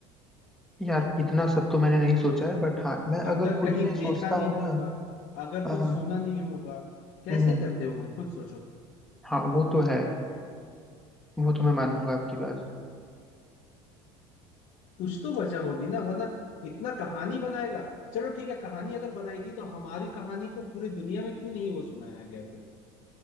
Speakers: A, in the centre; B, on the left.
A: यार इतना सब तो मैंने नहीं सोचा है बट हाँ मैं
B: अगर
A: अगर खुद
B: कहीं
A: में सोचता
B: देखा नहीं
A: हूँ
B: होगा
A: ना
B: अगर
A: हाँ
B: कुछ
A: हाँ
B: सुना नहीं होगा कैसे
A: हम्म
B: करते होंगे खुद सोचो
A: हाँ वो तो है वो तो मैं मानूंगा आपकी बात
B: कुछ तो वजह होगी ना वरना इतना कहानी बनाएगा चलो ठीक है कहानी अगर बनाई थी तो हमारी कहानी को पूरी दुनिया में क्यों नहीं वो सुनाया गया फिर